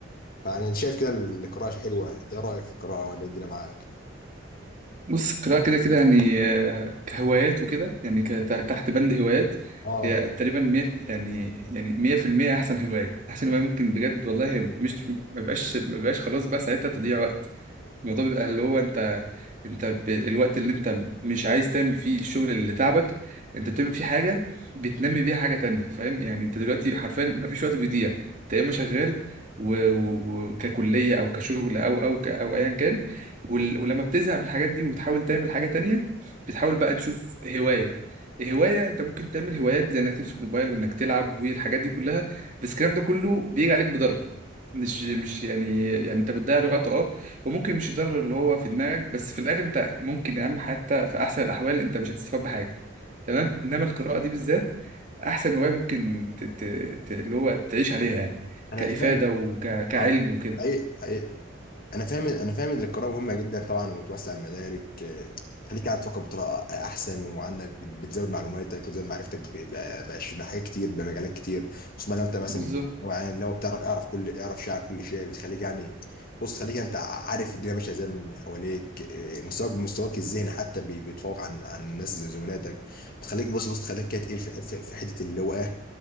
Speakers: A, on the left (about 45°); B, on the right (about 40°).
A: فانا شايف كده القراءه حلوه انت ايه رايك في القراءه ولا إيه الدنيا معاك
B: بص القراءة كده كده يعني آه، كهوايات وكده يعني كت- تحت بند هوايات
A: اه
B: هي تقريبا مية في- يعني يعني مية في المية أحسن هواية أحسن هواية ممكن بجد والله هي مش ما بيبقاش ما بيبقاش خلاص بقى ساعتها تضييع وقت الموضوع بيبقى اللي هو انت انت ب... الوقت اللي انت مش عايز تعمل فيه الشغل اللي تعبك انت بتعمل فيه حاجه بتنمي بيها حاجه تانية فاهم يعني انت دلوقتي حرفيا مفيش وقت بيضيع انت يا اما شغال و... و... و- ككليه او كشغل او او ك... او ايا كان وال... ولما بتزهق من الحاجات دي وبتحاول تعمل حاجه تانية بتحاول بقى تشوف هوايه هواية انت ممكن تعمل هوايات زي انك تمسك الموبايل وانك تلعب والحاجات دي كلها بس الكلام ده كله بيجي عليك بضرر مش مش يعني يعني انت بتضيع الوقت اه وممكن مش الضرر اللي هو في دماغك بس في الاخر انت ممكن يا عم حتى في احسن الاحوال انت مش هتستفاد بحاجه تمام انما القراءه دي بالذات احسن هوايه ممكن ت... ت... ت... اللي هو تعيش عليها يعني
A: انا
B: كافاده
A: فاهم
B: وكعلم
A: اه
B: وكده
A: حقيقي انا فاهم انا فاهم ان القراءه مهمه جدا طبعا وبتوسع المدارك آه، تخليك قاعد تفكر بطريقه احسن وعندك بت- بتزود معلوماتك وتزود معرفتك ب- ب- بأش- بحاجات كتير بمجالات كتير خصوصا لو انت مثلا
B: بالظبط
A: لو يعني لو بتعرف اعرف كل اعرف شيء عن كل شيء بتخليك يعني بص خليك انت عارف الدنيا ماشيه ازاي من حواليك آه، مستواك مستواك الذهني حتى بي- بيتفوق عن عن الناس زي زملاتك بتخليك بص بص تخليك كده تقيل في في في حته اللي هو إيه،